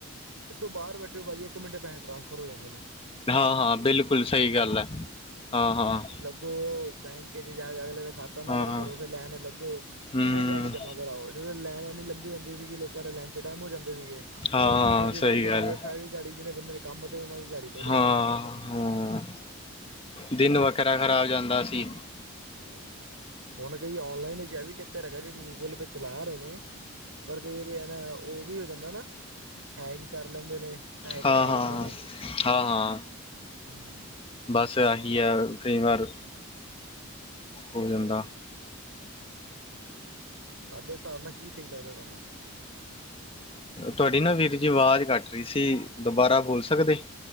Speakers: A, on the right; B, on the left.
A: ਤੁਸੀਂ ਬਾਹਰ ਬੈਠੇ ਹੋ ਭਾਜੀ, ਇੱਕ ਮਿੰਟੇ ਪੈਸੇ ਟਰਾਂਸਫਰ ਜਾਂਦੇ ਨੇ।
B: ਹਾਂ, ਹਾਂ, ਬਿਲਕੁਲ ਸਹੀ ਗੱਲ ਹੈ ਹਾਂ ਹਾਂ।
A: ਉਹ ਬੈਂਕ ਚ ਜਾ ਕੇ ਅਗਲੇ ਦਾ ਖਾਤਾ ਨੰਬਰ
B: ਹਾਂ-ਹਾਂ।
A: ਭਰੋ ਫੇਰ ਲਾਈਨ ਲੱਗੋ
B: ਹੂੰ ਹਾਂ
A: ਫੇਰ ਜਾ ਕੇ ਜਮਾ।
B: ਹਮ
A: ਵਗੈਰਾ ਜੋਂ ਲਾਈਨ ਇੰਨੀ ਲੰਬੀ ਹੁੰਦੀ ਸੀਗੀ ਲੋਕਾਂ ਦੇ ਲੰਚ ਟਾਈਮ ਹੋ ਜਾਂਦੇ ਸੀਗੇ।
B: ਹਾਂ
A: ਤੇਜ਼ੀ
B: ਹਾਂ ਸਹੀ
A: ਲੈਣ ਜਾ
B: ਗੱਲ
A: ਏਦਾਂ ਸਾਰੀ ਦਾਹਾੜੀ ਜਿਹੜੇ ਬੰਦੇ ਨੇ। ਕੰਮ ਤੇ ਇਹਨਾਂ ਦੀ ਦਿਹਾੜੀ ਟੁੱਟ
B: ਹਾਂ
A: ਜਾਣੀ ਸੀਗੀ।
B: ਹਾਂ। ਦਿਨ ਵੱਖਰਾ ਖ਼ਰਾਬ ਜਾਂਦਾ ਸੀ।
A: ਜੀ ਜੀ ਹੁਣ ਕਈ ਔਨਲਾਈਨ ਇਹ ਵੀ ਚੱਕਰ ਹੈਗਾ ਜੇ ਗੂਗਲ ਪੇ ਚਲਾ ਰਹੇ ਨੇ। ਪਰ ਕਈ ਵਾਰੀ ਇਹ ਨਾ ਉਹ ਵੀ ਹੋ ਜਾਂਦਾ ਨਾ ਹੈਗ ਕਰ ਲੈਂਦੇ ਨੇ। ਪੈਸੇ ਕਢਾ
B: ਹਾਂ-ਹਾਂ।
A: ਲੈਂਦੇ ਨੇ
B: ਹਾਂ-ਹਾਂ
A: ਹਮ।
B: ਬਸ ਆਹੀ ਆ ਕਈ ਵਾਰ। ਹੋ ਜਾਂਦਾ।
A: ਤੁਹਾਡੇ ਹਿਸਾਬ ਨਾਲ ਕੀ ਸਹੀ ਲੱਗਦਾ ਤੁਹਾਨੂੰ?
B: ਤੁਹਾਡੀ ਨਾ ਵੀਰ ਜੀ ਆਵਾਜ਼ ਕੱਟ ਰਹੀ ਸੀ। ਦੁਬਾਰਾ ਬੋਲ ਸਕਦੇ।